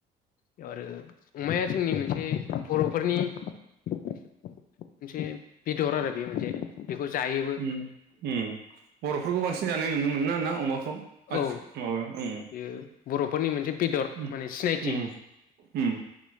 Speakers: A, on the left; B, on the right.
A: बेयाव आरो अमाया जोंनि मोनसे बर'फोरनि मोनसे बेदर आरो बेयो मोनसे। बेखौ जायोबो
B: उम उम बर'फोरखौ बांसिन जानाय नुनो मोनो ना अमाख खौ आथि
A: औ
B: माबायाव उम।
A: बेयो बर'फोरनि मोनसे बेदर
B: उम
A: माने सिनायथि।
B: उम उम